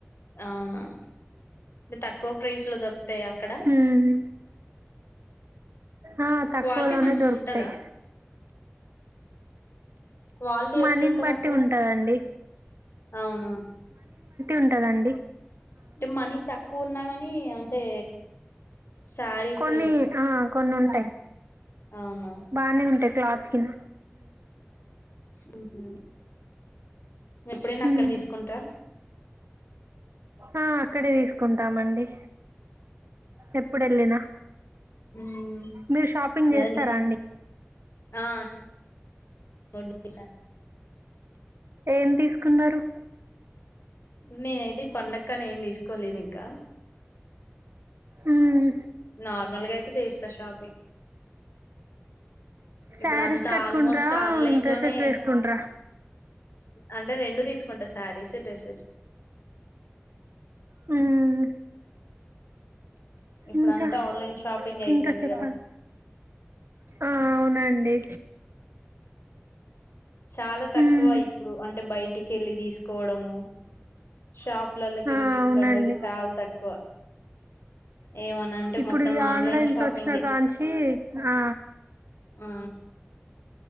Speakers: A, on the left; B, on the right.
A: అవునాంటే తక్కువ ప్రైస్లో దొర అ అక్కడ
B: హ్మ్ ఆ తక్కువలోనే
A: క్వాలిటీ మంచిగా
B: దొరుకుతాయి
A: ఉంటందా క్వాలిటీ
B: మనీని
A: ఎట్లుంటది
B: బట్టి
A: అక్కడ
B: ఉంటదండి
A: అవునా
B: ఉంటుదండి
A: మనీ తకు ఉన్నాగా కానీ అంటే శారీస్
B: కొన్ని ఆ కొన్ని ఉంటాయి
A: అవునా
B: బానే ఉంటాయి క్లాత్ కనా
A: హమ్ ఎప్పుడైనా
B: హ్మ్
A: అక్కన తీసుకుంటా
B: ఆ అక్కడే తీసుకుంటామండి ఎప్పుడు వెళ్ళినా
A: హమ్
B: మీరు షాపింగ్
A: అ
B: చేస్తారా అండి
A: ఆ హా వి సా
B: ఏం తీసుకున్నారు
A: నేనయితే పండగ న ఏం తీసుకోలేదు ఇంకా
B: హ్మ్
A: నార్మల్గా అయితే చేస్తా షాపింగ్ ఇప్పుడు
B: సారీస్
A: అంతా
B: కట్కుండ్రా
A: ఆల్మోస్ట్ ఆన్లైన్
B: డ్రెస్సెస్
A: లోనే
B: వేస్కుంట్రా
A: అంటే రెండు తీసుకుంటా శారీస్ డ్రెస్సెస్
B: హమ్
A: ఇప్పుడు
B: ఇంకా
A: అంతా ఆన్లైన్ షాపింగ్ అయిపోయింది
B: ఇంకా చెప్పాలి
A: కదా
B: ఆ అవునండి
A: చాలా తక్కువ
B: హ్మ్
A: ఇప్పుడు అంటే బయటికి వెళ్ళి తీసుకోవడము షాపులలోకి వెళ్ళి
B: ఆ
A: తీసుకోవడం
B: అవునండి
A: ఇది చాలా తక్కువ ఏమనంటే
B: ఇప్పుడు
A: మొత్తం
B: ఈ
A: ఆన్లైన్
B: ఆన్లైన్స్
A: షాపింగ్
B: వచ్చినా కాంచి ఆ
A: ఆ